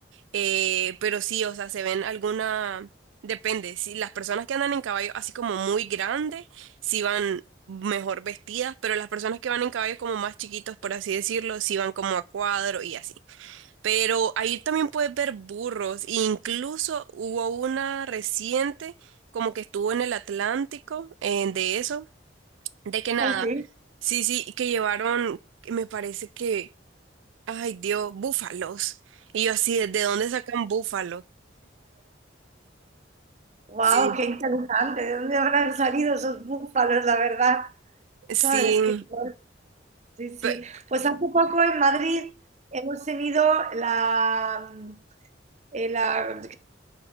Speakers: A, on the right (about 85°); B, on the right (about 35°).
A: Eh, pero sí, o sea, se ven alguna, depende, si las personas que andan en caballo así como muy grandes, sí van mejor vestidas, pero las personas que van en caballos como más chiquitos, por así decirlo, sí van como a cuadro y así. Pero ahí también puedes ver burros, e incluso hubo una reciente, como que estuvo en el Atlántico, eh, de eso, de que nada,
B: Ah, sí.
A: sí, sí, que llevaron, me parece que, ay Dios, búfalos. Y yo así, ¿de dónde sacan búfalos?
B: Wow,
A: Sí,
B: qué interesante. ¿De dónde habrán salido esos búfalos, la verdad?
A: sí,
B: ¿Sabes qué? guay. Sí, sí.
A: pe-
B: Pues hace poco en Madrid hemos tenido la, mm, eh, la-